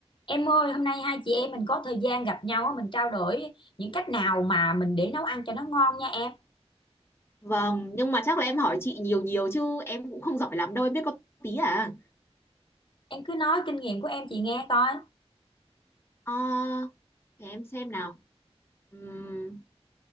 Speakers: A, on the left (about 50°); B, on the left (about 20°).
A: Em ơi, hôm nay hai chị em mình có thời gian gặp nhau á, mình trao đổi những cách nào mà mình để nấu ăn cho nó ngon nha em.
B: Vâng, nhưng mà chắc là em hỏi chị nhiều nhiều chứ em cũng không giỏi lắm đâu, em biết có tí à.
A: Em cứ nói kinh nghiệm của em chị nghe coi.
B: Ờ, để em xem nào. Ừm,